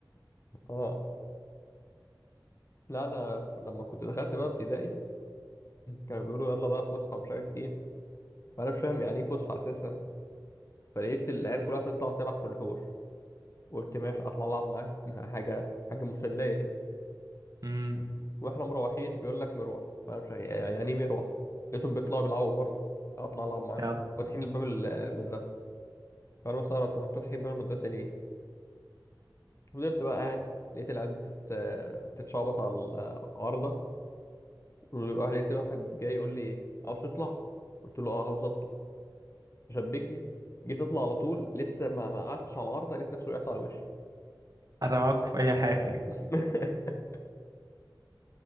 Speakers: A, on the left; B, on the right.
A: اه لا انا ف- لما كنت دخلت بقى ابتدائي كانوا بيقولوا يلا بقى فسحة مش عارف ايه فانا مش فاهم يعني ايه فسحة اساسا فلقيت العيال كلها بتطلع تلعب في الحوش قلت ماشي اطلع العب معاهم <laughs> حاجة حاجة مسلية اهي
B: امم
A: واحنا مروحين بيقول لك مروح فانا مش عارف- يعني ايه مروح لقيتهم بيطلعوا بيلعبوا برضه اطلع العب معاهم
B: يلا
A: فاتحين الباب المدرسة انا استغربت هو انتوا صاحيين بره المدرسه ليه فضلت بقى قاعد لقيت العيال بتت... بتتشعبط على العارضه لقيت واحد جاي يقول لي عاوز تطلع قلت له اه عاوز اطلع شبك لي جيت اطلع على طول لسه ما ما قعدتش على العارضه لقيت نفسي وقعت على وشي
B: انا معاكم في اي حاجة
A: <laughs>